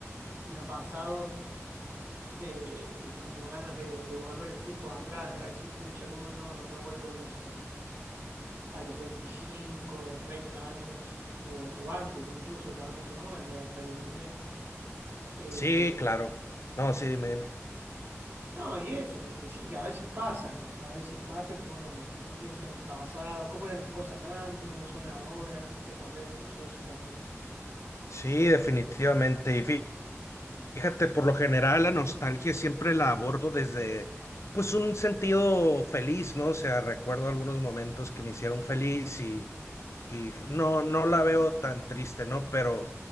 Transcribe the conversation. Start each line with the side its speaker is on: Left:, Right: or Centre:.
Right: me ha pasado, eh, viste, como ganas de, de volver el tiempo atrás, de decir, pucha, ¿cómo no, no vuelvo, no sé, a los 25 30 años, o, o antes incluso también, ¿no? A la, a la niñez. Eh,
Left: Sí, claro. No, sí, dime, dime.
Right: no, y eso, que, que sí, que a veces pasa, a veces pasa que uno, que uno piensa en el pasado, cómo eran las cosas antes, cómo son ahora, que ha cambiado mucho eso también, ¿no?
Left: Sí, definitivamente. Y fí- Fíjate, por lo general la nostalgia siempre la abordo desde, pues, un sentido feliz, ¿no? O sea, recuerdo algunos momentos que me hicieron feliz y, y no, no la veo tan triste, ¿no? Pero